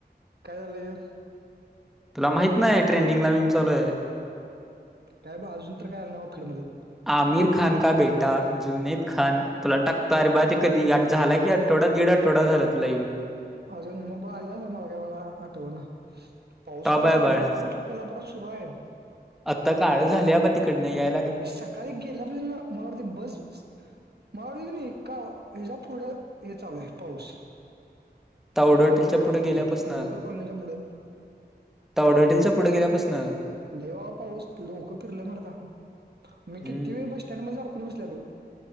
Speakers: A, on the right (about 70°); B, in the centre.
A: काय झालय हे
B: तुला माहीत नाही ट्रेंडिंगला मीम चालूय.
A: काय ब अजून तर काय आलं नावा फीडमध्ये
B: आमिर खान का बेटा जुनैद खान, तुला टाकतो अरे बाळ ते कधी झाला की टोडा दिड आटोडा झाला तीला इवून.
A: अजून मुबा आले मला काय मला आठव ना. पाऊस
B: टॉप
A: तर असला
B: आहे बाळ
A: जोरात उठला कोल्हापुरात सुरू हाय
B: आत्ता काळं झाल्याब तिकडन यार
A: मी सकाळी गेल्यापास मला वाटते बस मला वाटत क हेचा पुढं हे चालू आहे पाऊस
B: तावड
A: कॉल
B: हॉटेलच्या
A: रुकर
B: पुढे
A: कॉलनीच्या
B: गेल्यापासन
A: रुकर कॉलनीचा पुढ
B: तावडेहॉटेल च्या पुढे गेल्यापासन
A: लय बाबा पाऊस लोक फिरलं मरदा मी
B: हम्म
A: किती वेळ बस सटँडमध्येध्ये अडकून बसलेलो